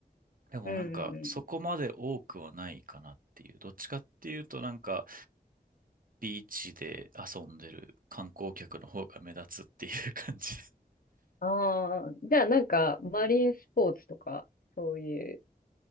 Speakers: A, on the right; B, on the left.
A: でもなんかそこまで多くはないかなっていう。
B: うんうんうん。
A: どっちかっていうとなんかビーチで遊んでる観光客の方が目立つっていう <laughs> 感じで。
B: ああ、じゃあなんか、マリンスポーツとか、そういう